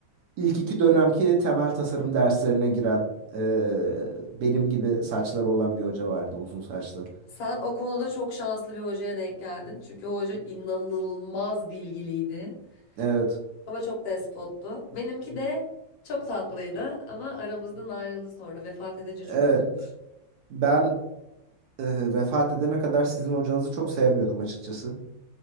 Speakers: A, on the right; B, on the left.
A: ilk iki dönemki temel tasarım derslerine giren e, benim gibi saçları olan bir hoca vardı uzun saçlı.
B: Sen o konuda çok şanslı bir hocaya denk geldin. Çünkü o hoca inanılmaz bilgiliydi.
A: Evet.
B: Ama çok despottu. Benimki de çok tatlıydı ama aramızdan ayrıldı sonra. Vefat edince
A: Evet.
B: çok üzülmüştüm.
A: Ben e, vefat edene kadar sizin hocanızı çok sevmiyordum açıkçası.